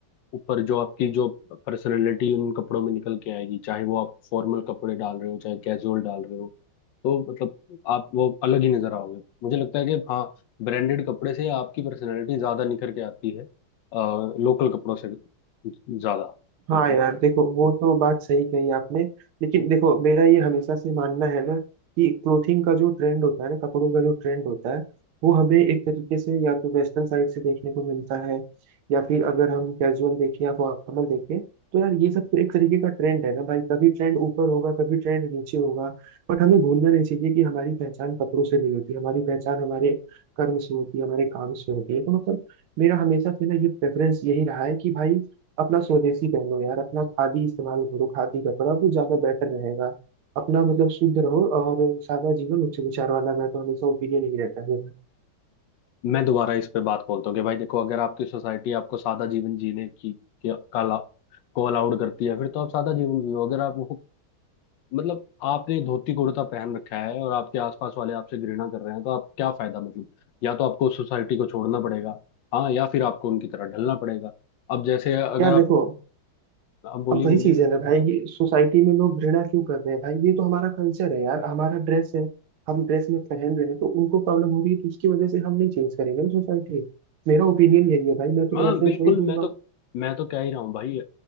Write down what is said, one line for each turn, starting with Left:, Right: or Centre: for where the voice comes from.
Left: ऊपर जो आपकी जो पर्सनालिटी उन कपड़ों में निकल के आएगी चाहे वो आप फॉर्मल कपड़े डाल रहे हो चाहे कैजुअल डाल रहे हो तो मतलब आप वो अलग ही नजर आओगे मुझे लगता है कि हाँ ब्रांडेड कपड़े से आपकी पर्सनालिटी ज्यादा निखर के आती है लोकल कपड़ों से ज्यादा
Right: हाँ
Left: बिल्कुल
Right: यार देखो वो तो बात सही कही आपने लेकिन देखो मेरा ये हमेशा से मानना है ना कि क्लोथिंग का जो ट्रेंड होता है ना कपड़ों का जो ट्रेंड होता है वो हमें एक तरीके से या तो वेस्टर्न साइड से देखने को मिलता है या फिर अगर हम कैजुअल देखें या फॉर्मल देखें तो यार ये सब तो एक तरीके का ट्रेंड है ना भाई कभी ट्रेंड ऊपर होगा कभी ट्रेंड नीचे होगा बट हमें भूलना नहीं चाहिए कि हमारी पहचान कपड़ों से नहीं होती हमारी पहचान हमारे कर्म से होती है हमारे काम से होती है तो मतलब मेरा हमेशा से ना ये प्रेफरेंस यही रहा है कि भाई अपना स्वदेशी पहनो यार अपना खादी इस्तेमाल करो खादी कपड़ा वो ज्यादा बेटर रहेगा अपना मतलब शुद्ध रहो और सादा जीवन उच्च विचार वाला मैं तो हमेशा ओपिनियन ही रहता है मेरा
Left: मैं दोबारा इस पे बात बोलता हूँ कि भाई देखो अगर आपकी सोसाइटी आपको सादा जीवन जीने की के- का ला- को अलाउड करती है फिर तो आप सादा जीवन जियो अगर आप मतलब आपने धोती कुर्ता पहन रखा है और आपके आसपास वाले आपसे घृणा कर रहे हैं तो आप क्या फायदा मतलब या तो आपको सोसाइटी को छोड़ना पड़ेगा हाँ या फिर आपको उनकी तरह ढलना पड़ेगा अब जैसे अगर
Right: यार
Left: आप
Right: देखो
Left: आप बोलिए
Right: अब वही
Left: बोलिए
Right: चीज है ना भाई कि सोसाइटी में लोग घृणा क्यों कर रहे हैं भाई ये तो हमारा कल्चर है यार हमारा ड्रेस है हम ड्रेस में पहन रहे हैं तो उनको प्रॉब्लम हो रही है तो उसकी वजह से हम नहीं चेंज करेंगे ना सोसाइटी मेरा ओपिनियन यही है भाई मैं तो प्रेफरेंस
Left: हाँ बिल्कुल
Right: वही दूंगा
Left: मैं तो मैं तो कह ही रहा हूँ भाई